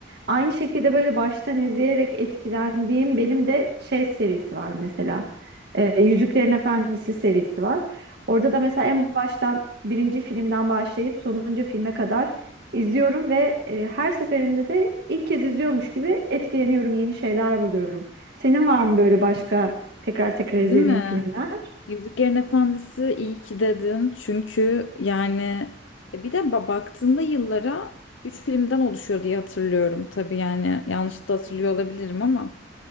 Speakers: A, on the right; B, on the left.
A: Aynı şekilde böyle baştan izleyerek etkilendiğim benim de şey serisi var mesela. E, Yüzüklerin Efendisi serisi var. Orada da mesela en baştan birinci filmden başlayıp sonuncu filme kadar izliyorum ve e, her seferinde de ilk kez izliyormuş gibi etkileniyorum, yeni şeyler buluyorum. Senin var mı böyle başka tekrar tekrar
B: Değil
A: izlediğin
B: mi?
A: filmler?
B: Yüzüklerin Efendisi iyi ki dedin çünkü yani e, bir de ba- baktığında yıllara 3 filmden oluşuyor diye hatırlıyorum. Tabii yani yanlış da hatırlıyor olabilirim ama.